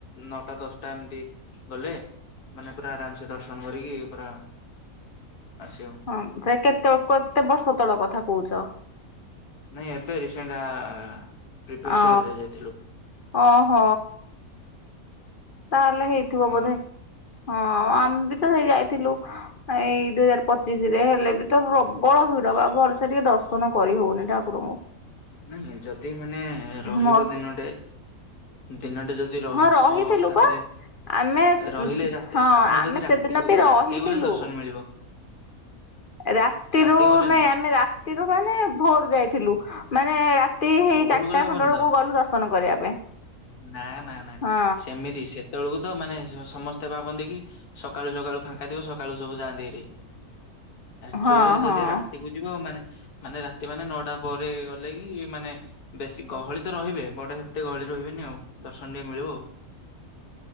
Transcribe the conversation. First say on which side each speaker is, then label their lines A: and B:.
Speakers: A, on the left; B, on the left.
A: ନଅଟା ଦଶଟା ଏମିତି। ଗଲେ, ମାନେ ପୁରା ଆରାମ ସେ ଦର୍ଶନ କରିକି ପୁରା, ଆସିବୁ।
B: ହଁ ସେ କେତେ କେତେ ବର୍ଷ ତଳ କଥା କହୁଛ?
A: ନାଇଁ ଏବେ ରିସେଣ୍ଟ ପ୍ରିଭିୟସ
B: ଅ
A: ଇୟର ରେ ଯାଇଥିଲୁ।
B: ଓହୋ। ତାହେଲେ ହେଇଥିବ
A: ହୁଁ
B: ବୋଧେ, ହଁ ଆମେ ବି ତ ସେଇ ଯାଇଥିଲୁ। ଏଇ ଦୁଇ ହଜାର ପଚିଶ ରେ ହେଲେ ବି ତ ପ୍ରବଳ ଭିଡ ବା ଭଲସେ ଟିକେ ଦର୍ଶନ କରି ହଉନି ଠାକୁର। ଠାକୁର ଙ୍କୁ।
A: ନାଇଁ ନାଇଁ ଯଦି ମାନେ ରହିବ
B: ମୋର
A: ଦିନଟେ, ଦିନଟେ ଯଦି। ରହିବ
B: ହଁ ରହିଥିଲୁ
A: ତାପରେ
B: ବା। ଆମେ,
A: ରହିଲେ ରାତି
B: ହଁ
A: ଆପଣ
B: ଆମେ
A: ଯଦି ରାତିକୁ
B: ସେଦିନ ବି ରହିଥିଲୁ।
A: ରାତି ଗଲେ ଦର୍ଶନ ମିଳିବ
B: ରାତିରୁ
A: ରାତି ଗଲେନି
B: ନାଇଁ ଆମେ ରାତିରୁ ମାନେ ଭୋର ରୁ ଯାଇଥିଲୁ। ମାନେ ରାତି ହେଇ
A: ଭୋରୁ
B: ଚାରିଟା
A: ଗଲେ ହବନି
B: ଖଣ୍ଡେ ବେଳକୁ
A: ତ
B: ଗଲୁ ଦର୍ଶନ କରିବା ପାଇଁ।
A: ନା ନା ନା
B: ହଁ
A: ସେମିତି ସେ ସେତେବେଳକୁ ତ ମାନେ ସମସ୍ତେ ଭାବନ୍ତି କି ସକାଳୁ ସକାଳୁ ଫାଙ୍କା ଥିବ ସକାଳୁ ସବୁ ଯାଆନ୍ତି ଭାରି। ଆକଚୁଆଲି
B: ହଁ
A: ଯଦି
B: ହଁ
A: ରାତିକୁ ଯିବ ମାନେ ମାନେ ରାତି ମାନେ ନଅଟା ପରେ ଗଲେ କି- ମାନେ ବେଶୀ ଗହଳି ତ ରହିବେ ବଟ୍ ସେତେ ଗହଳି ରହିବେନି ଆଉ ଦର୍ଶନ ଟିକେ ମିଳିବ ଆଉ।